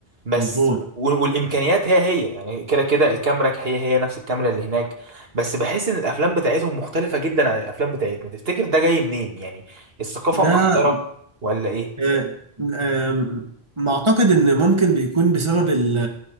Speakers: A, on the right; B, on the right.
A: بس
B: مظبوط
A: وال- والامكانيات هي هي يعني كده كده الكاميرا هي هي نفس الكاميرا اللي هناك بس بحس ان الافلام بتاعتهم مختلفة جدا عن الافلام بتاعتنا تفتكر ده جاي منين يعني الثقافة
B: ده
A: مأثرة ولا ايه
B: آه، آه، ما اعتقد ان ممكن بيكون بسبب ال